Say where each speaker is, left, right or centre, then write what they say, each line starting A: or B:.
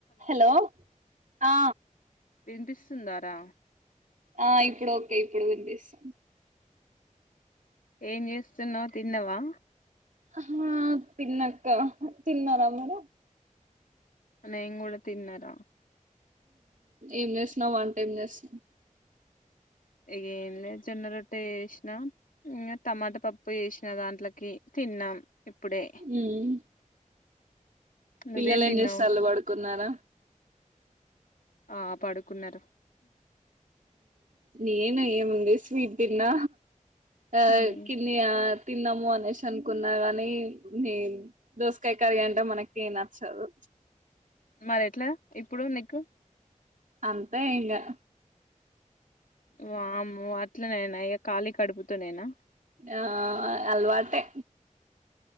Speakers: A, on the right; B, on the left.
A: Hello ఆ
B: పనిపిస్తుందారా
A: ఆ ఇప్పుడు ఓకే ఇప్పుడు వినిపిస్తాం
B: ఏం చేస్తున్నావు తిన్నావా
A: హా తిన్నక తిన్నారా మరా
B: అ నేం కూడా కూడా తిన్నార
A: ఏం చేసినావు వంట ఏం చేసినాం
B: ఏంలే జొన్న రొట్టె వేసిన ఇంకా టమాట పప్పు ఉప్పు చేసిన దాంట్లోకి తిన్నాం ఇప్పుడే
A: మ్మ్ పిల్లలు
B: నువ్వేం
A: ఏం
B: తిన్నావు
A: చేస్తే అల్లు పడుకున్నారా
B: ఆ పడుకున్నారు
A: నేనుయ్య ముంద స్వీట్ తిన్నా ఆ
B: హ్మ్
A: కన్నయా తిన్నాము అనేసి అనుకున్నా గాని న దోసకాయ కర్రీ అంటే మనకి నచ్చదు
B: మరి ఎట్లా ఇప్పుడు నక్కు
A: అంతా ఇంగా
B: వామ్ అట్లనేేనా అయక ఖాళీ కడుపుతూనేనా
A: ఆ అల్వాటే